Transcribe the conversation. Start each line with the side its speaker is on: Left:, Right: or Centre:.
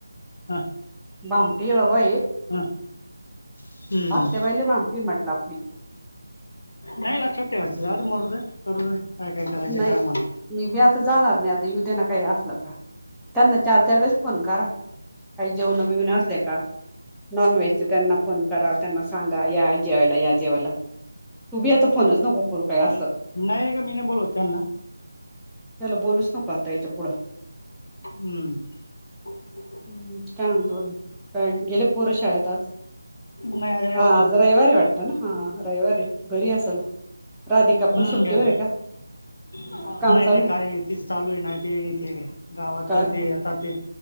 Left: हा
Centre: भांडते होय बाई.
Left: हा हम्म.
Centre: आत्याबाई ला भांडते म्हटलं आपली.
Left: नाही लक्षात ठेवायंच. जाऊ दे. मरू दे. दे करू दे काय काय करायचे
Centre: नाही
Left: करा म्हणा.
Centre: मी बी आता जाणार नाही. आता येऊदे ना काही असलं का. त्यांना चार चार वेळेस फोन करा. काही जेवण बिवन असल्या का. नॉनव्हेज त्यांना फोन करा. त्यांना सांगा. या जेवायला या जेवायला. तू बी आता फोनच नको करू काही असलं तर,
Left: नाही का मी नाही बोलवत त्यांना
Centre: त्याला बोलूच नको आता याच्या पुढं.
Left: हम्म. <inaudible>
Centre: हम्म. काय म्हणतो आणि काय गेले पोर शाळेत आज?
Left: नाही रविवार
Centre: हा आज
Left: आहे ना
Centre: रविवारय वाटत ना हा रविवारे घरी असाल. राधिका
Left: हम्म,
Centre: पण सुट्टीवर
Left: घरी
Centre: आहे का?
Left: नाही
Centre: काम चालू
Left: नाही
Centre: आहे
Left: काही तीच चालूय ना ते इथे गावात
Centre: काय
Left: ते आता ते